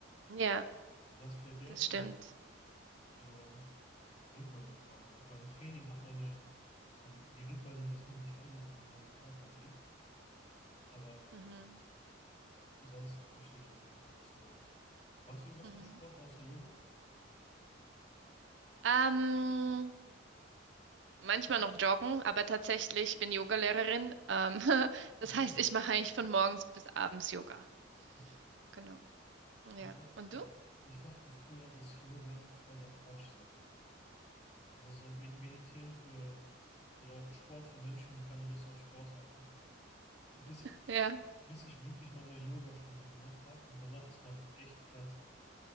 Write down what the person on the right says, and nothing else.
Ja,
das
stimmt.
Mhm,
mhm.
Ähm, manchmal noch joggen, aber tatsächlich ich bin Yogalehrerin. Ähm, <laughs> das
heißt, ich mache eigentlich von morgens bis abends Yoga.
Genau.
Ja.
Und
du?
Ja.